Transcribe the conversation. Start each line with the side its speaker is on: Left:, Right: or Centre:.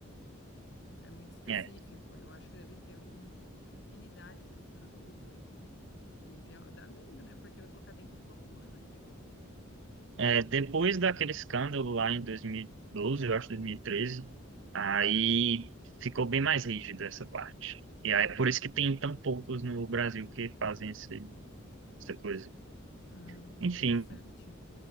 Left: é muito específico.
Right: É.
Left: Eu acho que deve ter um- uma infinidade desse produto e, e deu- dá medo, né? Porque vai colocar dentro do corpo humano aquilo.
Right: É, depois daquele escândalo lá em 2012, eu acho, 2013, aí ficou bem mais rígido essa parte. E aí é por isso que tem tão poucos no Brasil que fazem esse, essa coisa.
Left: Hum, interessante.
Right: Enfim,